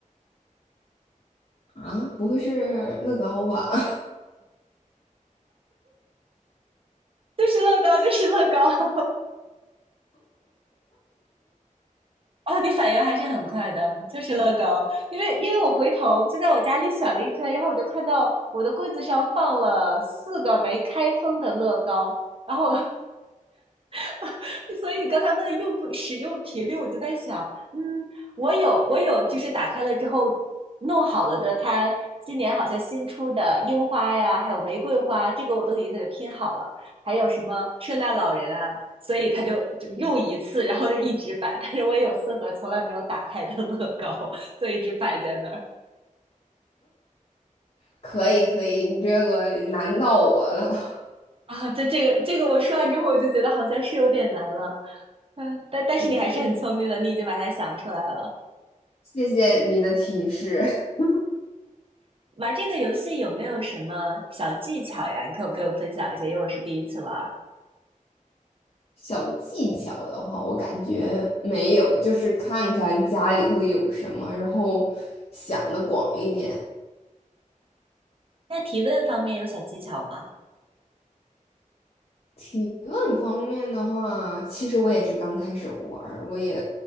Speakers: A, on the left; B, on the right.
A: 啊，不会是乐高吧？<laughs>
B: 就是乐高，就是乐高。<laughs> 啊，你反应还是很快的，就是乐高，因为因为我回头就在我家里选了一圈，然后我就看到我的柜子上放了四个没开封的乐高，然后 <laughs> 所以刚才问用不使用频率，我就在想，嗯，我有我有，就是打开了之后弄好了的，它今年好像新出的樱花呀，还有玫瑰花，这个我都已经给它拼好了，还有什么圣诞老人啊，所以他就就用一次，
A: 嗯，
B: 然后就一直摆。但是我也有四盒从来没有打开的乐高，所以一直摆在那儿
A: 可以可以，你这个难到我了。<laughs>
B: 啊。就这个这个我说完之后，我就觉得好像是有点难了，嗯，但但是你还是很聪明的，
A: 也是，
B: 你已经把它想出来了。
A: 谢谢你的提示。<laughs>
B: 玩这个游戏有没有什么小技巧呀？你可不给我分享一下，因为我是第一次玩儿。
A: 小技巧的话，我感觉没有，就是看看家里头有什么，然后想的广一点。
B: 那提问方面有小技巧吗？
A: 提问方面的话，其实我也是刚开始玩儿我也